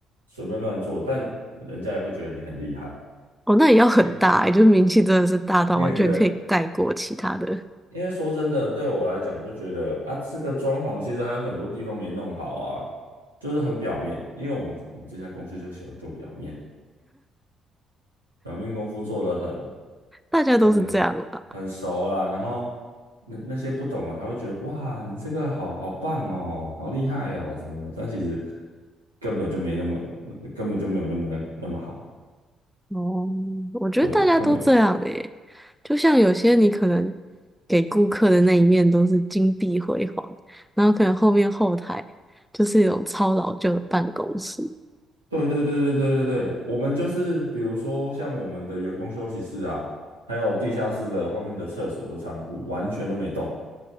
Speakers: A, on the right (about 85°); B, in the centre.
A: 随便乱做，但人家也会觉得你很厉害。
B: 哦，那也要很大欸，
A: 因为
B: 就是名气真的是大到完全可以盖过其他的，
A: 因为你的，因为说真的，对我来讲，我就觉得啊，这个装潢其实还有很多地方没弄好啊，就是很表面。因为我们我们这家公司就喜欢做表面，表面功夫做得很。
B: 大家都是这样啦。
A: 很很熟啦，然后那那些不懂的还会觉得哇，你这个好好棒哦，好厉害哦，什么什么，但其实根本就没那么，根本就没有那么那个那么好，
B: 哦，我觉得大家都这样诶，
A: 对，根本，
B: 就像有些你可能给顾客的那一面都是金碧辉煌，然后可能后面后台就是一种超老旧的办公室。
A: 对对对对对对对，我们就是比如说像我们的员工休息室啊，还有地下室的后面的厕所的仓库，完全都没动，